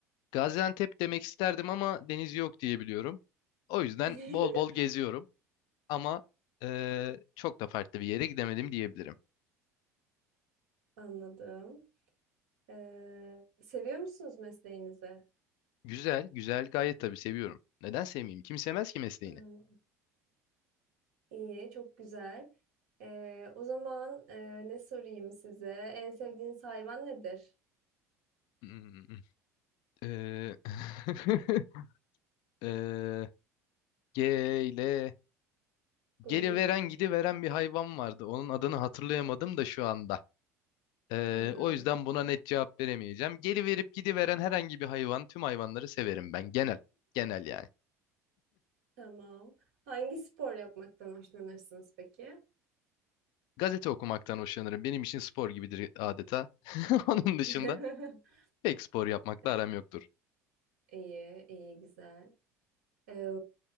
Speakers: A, on the left (about 65°); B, on the right (about 75°).
A: Gaziantep demek isterdim ama deniz yok diye biliyorum. O yüzden
B: <laughs>
A: bol bol geziyorum. Ama e, çok da farklı bir yere gidemedim diyebilirim.
B: Anladım. Ee, seviyor musunuz mesleğinizi?
A: Güzel, güzel gayet tabii seviyorum. Neden sevmeyeyim? Kim sevmez ki mesleğini?
B: Hmm, iyi, çok güzel. Ee, o zaman e, ne sorayım size? En sevdiğiniz hayvan nedir?
A: Hmm, eee, <laughs> eee, gele,
B: Goril.
A: geliveren gidiveren bir hayvan vardı. Onun adını hatırlayamadım da şu anda. Eee,
B: Hmm.
A: o yüzden buna net cevap veremeyeceğim. Geliverip gidiveren herhangi bir hayvan, tüm hayvanları severim ben. Genel, genel yani.
B: Tamam. Hangi spor yapmaktan hoşlanırsınız peki?
A: Gazete okumaktan hoşlanırım. Benim için spor gibidir adeta. <laughs> Onun dışında
B: <laughs>
A: pek spor yapmakla
B: E,
A: aram yoktur.
B: İyi, iyi, güzel. Ee,